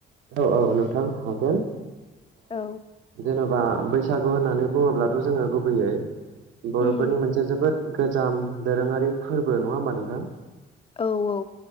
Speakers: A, on the right (about 85°); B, on the left (about 30°).
A: औ औ नोंथां हागोन।
B: औ
A: जेन'बा बैसागु होननानै बुङोब्लाथ' जोंङो गुबैयै बर'फोरनि
B: उम
A: मोनसे जोबोद। गोजाम दोरोंङारि फोरबो नंङा होनमा नोंथां।
B: औ औ।